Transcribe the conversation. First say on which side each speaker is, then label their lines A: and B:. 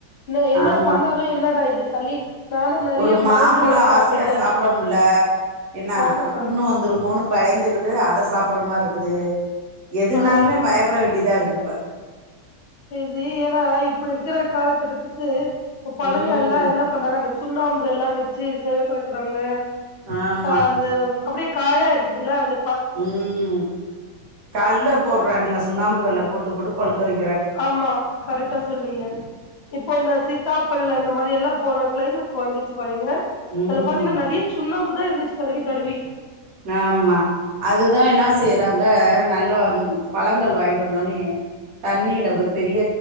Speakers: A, on the left; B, on the right.
A: இந்த என்ன
B: ஆமா
A: பண்ணாலு என்னடா இது சளி நானு நெறைய
B: ஒரு மாம்பழோ
A: மருந்தெல்லா சாப்ட்டுட்டே
B: ஆசையா சாப்ட முல்ல என்ன
A: ஆமாக்கா
B: அப்புண்ணு வந்துருமோனு பயந்துகிட் டு அத சாப்பற மாரி இருக்குது எதுனாலுமே
A: ஆ
B: பயப்பட வேண்டியதா இருக்கு ப்ப
A: சரி ஏனா இப்ப இருக்கற காலகட்டத்துக்கு பழங்க
B: ம்
A: எல்லா என்ன பண்ணாங்க அந்த சுண்ணாம்பு எல்லா வச்சு சேவ் படுத்துறாங்க
B: ஆமா
A: அ அது அப்டி காயா இருக்குதுல்ல அது
B: ம் கல்ல போடுறாங்க சுண்ணாம்பு கல்ல போட்டு போட்டு பழுக்க வை
A: ஆமா கரெட்டா சொன்னீங்க இப்போ இந்த சீத்தாபல அந்த மாரி எல்லா போன க்ளைமேட் வந்துச்சு பாரிங்க
B: ம்
A: அதுல பாத்தீங்கன்னா நெறைய சுண்ணாம்பு அப்டி தா இருந்துச்சு தடவி தடவி
B: ஆம்மா அதுதா என்னா செய்யறாங்க நல்ல ம் பழங்கள் வாயிண்டு வந்தோவுன்னே தண்ணீல ஒரு பெரிய